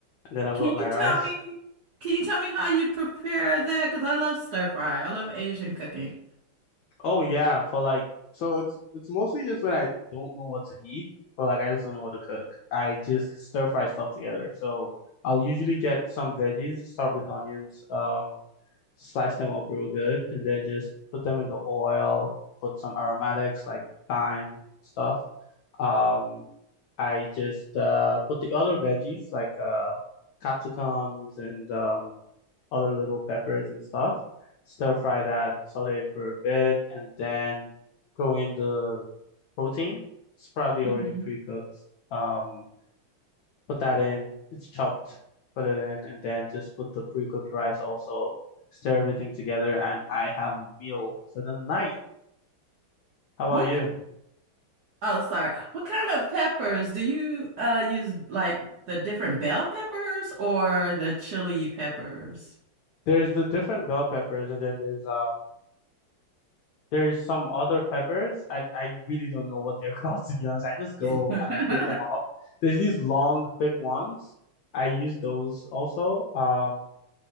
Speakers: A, on the left; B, on the right.
A: and then I've
B: Can
A: got my
B: you
A: rice.
B: tell me, can you tell me how you prepare that? Because I love stir fry. I love Asian cooking.
A: Oh yeah, for like so it's it's mostly just when I don't know what to eat, or like I just don't know what to cook. I just stir fry stuff together. So I'll usually get some veggies, start with onions, um, slice them up real good, and then just put them in the oil, put some aromatics like thyme stuff. Um, I just uh put the other veggies like uh capsicums and um other little peppers and stuff stir fry that, saute it for a bit, and then throw in the protein. It's probably
B: Mhm.
A: already pre-cooked. Um, put that in. It's chopped. Put it in, and then just put the pre-cooked rice also. Stir everything together, and I have a meal for the night. How about
B: What
A: you?
B: Oh, sorry. What kind of peppers do you uh use like the different bell peppers or the chili peppers?
A: There's the different bell peppers, and then there's um There's some other peppers. I, I really don't know what they're <laughs> called, to be honest. I just go
B: <laughs>
A: and I pick them up. There's these long, thick ones. I use those also. Um,